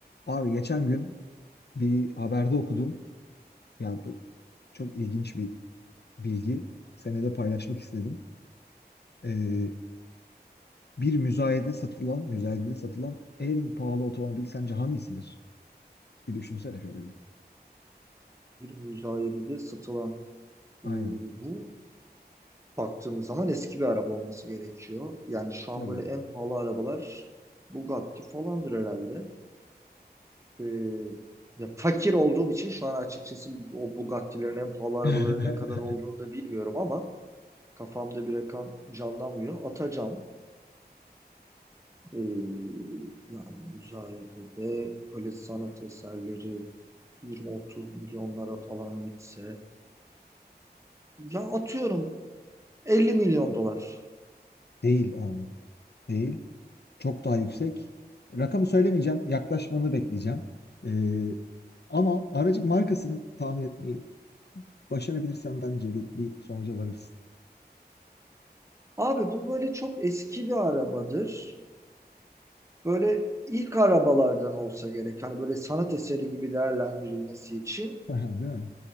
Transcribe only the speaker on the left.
Abi geçen gün bir haberde okudum. Ya bu çok ilginç bir bilgi. Senede paylaşmak istedim. Ee, bir müzayede satılan, müzayedede satılan en pahalı otomobil sence hangisidir? Bir düşünsene şöyle bir.
Aynen.
Tabii.
<laughs>
Değil abi. Değil. Çok daha yüksek. Rakamı söylemeyeceğim. Yaklaşmanı bekleyeceğim. Ee, ama aracın markasını tahmin etmeyi başarabilirsem bence bir, bir sonuca varırız.
<laughs> Değil mi?